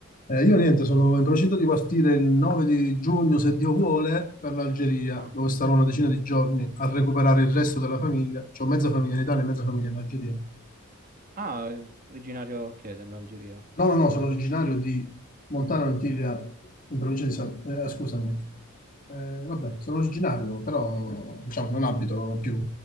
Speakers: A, on the left (about 40°); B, on the right (about 40°).
A: Eh, io niente, sono in procinto di partire il 9 di giugno, se Dio vuole, per l'Algeria,
B: Ah,
A: dove starò una decina di giorni a recuperare il resto della famiglia. C'ho mezza famiglia in Italia e mezza famiglia in Algeria.
B: ah, eh, originario, ok, dell'Algeria.
A: No, no, no, sono originario di Montana Antilia, in provincia di San... eh, eh, scusami. Eh, vabbè, sono originario, però diciamo, non abito più